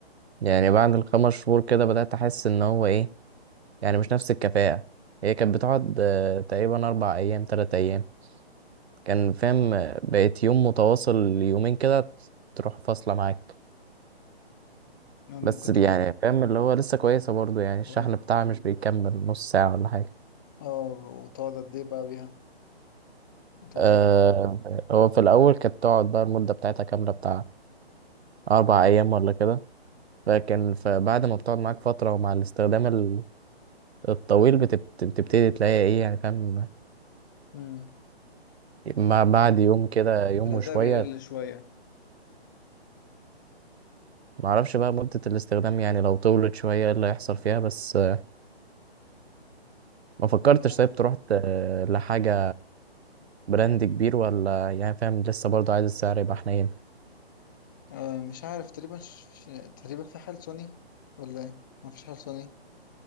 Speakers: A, on the right; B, on the left.
A: يعني بعد الخمس شهور كده بدأت احس ان هو ايه يعني مش نفس الكفاءة هي كانت بتقعد آه، تقريبا اربع ايام تلات ايام كان فاهم آه، بقيت يوم متواصل يومين كده تروح فاصلة معاك
B: يعني ممكن
A: بس يعني
B: تقعد
A: فاهم اللي هو لسه كويسة برضو يعني
B: تقول-
A: الشحن بتاعها مش بيكمل نص ساعة ولا حاجة
B: اه وتقعد قد ايه بقى بيها متواصل
A: آه هو في الأول كانت تقعد بقى المدة بتاعتها كاملة بتاع أربع أيام ولا كده لكن فبعد ما بتقعد معاك فترة ومع الاستخدام ال- الطويل بتب- بتبتدي تلاقي إيه يعني فاهم
B: امم
A: ما
B: ال-
A: بعد يوم كده يوم
B: الأداء
A: وشوية
B: بيقل شوية
A: معرفش بقى مدة الاستخدام يعني لو طولت شوية إيه اللي هيحصل فيها بس آه، ما فكرتش
B: ولا
A: طيب تروح ت- لحاجة براند كبير ولا يعني فاهم لسه برضو عايز السعر يبقى حنين
B: آه مش عارف تقريبا ش... ش- تقريبا في حال سوني ولا ايه مفيش حال سوني